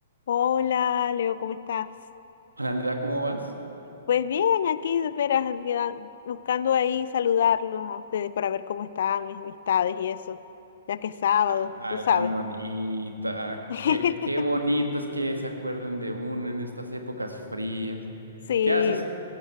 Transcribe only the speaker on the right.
Hola Andrea, ¿cómo vas?
Ah, Ay,
tan bonita.
Qué, qué bonito es que se acuerden de uno en estas épocas frías.
¿Qué haces?